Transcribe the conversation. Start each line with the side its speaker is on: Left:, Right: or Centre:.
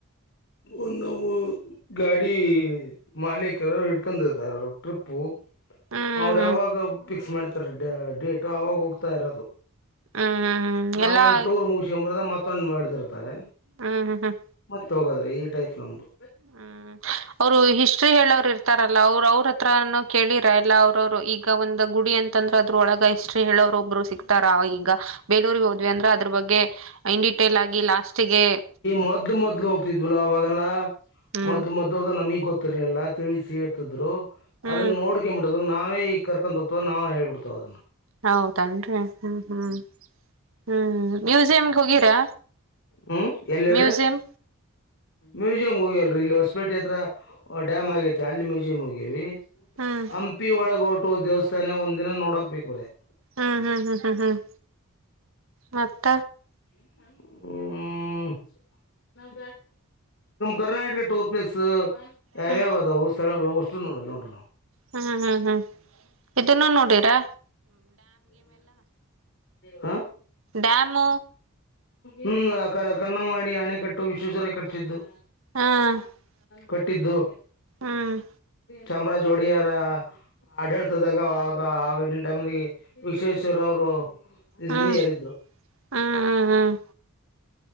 Left: ಒಂದು ಗಾಡಿ ಮಾಲೀಕ್ ಎರರು ಇಡ್ಕೊಂಡರ್ತಾರ ಟ್ರಿಪ್ಪು
Right: ಹ್ಮ್
Left: ಅವರು ಯಾವಾಗ ಫಿಕ್ಸ್ ಮಾಡ್ತಾರೆ ಡೇಟು ಅವಾಗ ಹೋಗ್ತಾ ಇರೋದು
Right: ಹ್ಮ್ ಹ್ಮ್ ಹ್ಮ್
Left: ನಾವ
Right: ಎಲ್ಲಾ
Left: ಒಂದ್ ಟೂರ್ ಮುಗಸಕೊಂಡ ಬರೋದು ಮತ್ತೊಂದ್ ಮಾಡದಿರ್ತಾರೆ
Right: ಹ್ಮ್ ಹ್ಮ್ ಹ್ಮ್
Left: ತಗೋದ್ರೆ ಈ ಟೈಪ್ ನಮ್ಮ್ದದು
Right: ಹ್ಮ್ ಅವ್ರು ಹಿಸ್ಟ್ರಿ ಹೇಳೋರು ಇರ್ತಾರಲ್ಲ ಅವರು ಅವ್ರ ಹತ್ರಾನ ಕೇಳಿರ ಇಲ್ಲ ಅವ್ರವರು ಈಗ ಒಂದಂದು ಗುಡಿ ಅಂತಂದ್ರ ಅದ್ರ ಒಳಗ ಇಷ್ಟ್ರಿ ಹೇಳೋರು ಇರು ಸಿಗ್ತಾರ ಈಗ ಬೇಲೂರುಗೆ ಹೋದ್ವಿ ಅಂದ್ರೆ ಅದ್ರ ಬಗ್ಗೆ ಇನ್ ಡಿಟೇಲ್ ಆಗಿ ಲಾಸ್ಟ್ಗೆ
Left: ಮೊದ್ಲು ಮೊದ್ಲು ಹೋಗ್ತಿದ್ವಿಲ ಅವಾಗೆಲ್ಲ
Right: ಹ್ಮ್
Left: ಮೊದಲು ಮೊದ್ದ ಅದ ನಮಗ್ ಗೊತ್ತಿರ್ಲಿಲ್ಲಾ ತಿಳಿಸಿ ಹೇರ್ತಿದ್ರು
Right: ಹ್ಮ್
Left: ಅದನ್ನ ನೋಡ್ಕೊಬಿಟ್ಟದ ನಾವೇ ಈ ಕರ್ಕೊಂಡ್ಗ್ತವ ನವು ಹೇಬಿಡ್ತಾವ ಅದನ್ನ
Right: ಹೌದನ್ರಿ ಹ್ಮ್ ಹ್ಮ್ ಹ್ಮ್ ಮ್ಯೂಸಿಯಂಗೆ ಹೋಗಿರಾ
Left: ಹ್ಮ್ ಎಲ್ಲ ಹೇಳ್ರಿ
Right: ಮ್ಯೂಸಿಯಂ
Left: ಮ್ಯೂಸಿಯಂ ಹೋಗಿಲ್ರರಿ ಇಲ್ಲಿ ಹೊಸಪೇಟೆ ಹತ್ರ ಡ್ಯಾಮ್ ಆಗೇತಿ ಅಲ್ಲಿ ಮ್ಯೂಸಿಯಂ ಹೋಗಿವಿ
Right: ಹ್ಮ್
Left: ಹಂಪಿ ಒಳಗ ಹೊಟು ದೇವಸ್ಥಾನ ಒಂದ್ ದಿನ ನೋಡಕ್ ಬಕ್ ಬ್ರ <inaudible>
Right: ಹ್ಮ್ ಹ್ಮ್ ಹ್ಮ್ ಹ್ಮ್ ಹ್ಮ್ ಮತ್ತ
Left: <inaudible> ನಮ್ ಕರ್ನಾಟಕ ಟೂರ್ ಪ್ಲೇಸ್ ಯಾವ್ಯಾವದಾವವು
Right: ಹ್ಮ್
Left: ಸ್ಥಳಗಳು ಅಷ್ಟು ನೋಡಿ ನೋಡ್ರಿವು
Right: ಹ್ಮ್ ಹ್ಮ್ ಹ್ಮ್ ಇದನ್ನು ನೋಡೀರಾ
Left: ಹ <inaudible>
Right: ಡಾಮ್
Left: ಹ್ಮ್ ಕನ್ನಮಾಡಿ ಅಣೆ ಕಟ್ಟ ಸರ್ ಎಂ ವಿಶ್ವೇಶ್ವರಯ್ಯ ಕಟ್ಟಿಸಿದ್ದು
Right: ಹಾ ಹ್ಮ್
Left: ಕಟ್ಟಿದ್ದು
Right: ಹ್ಮ್
Left: ಚಾಮರಾಜ್ ಒಡೆಯರ ಆಡಳತದಾಗ ಅವಾಗ ಆಗ ಟೈಮಿಗೆ ವಿಶ್ವೇಶ್ವರಯ್ಯ ಅವರು
Right: ಹ್ಮ್
Left: ಏರಿದ್ರು
Right: ಹ್ಮ್ ಹ್ಮ್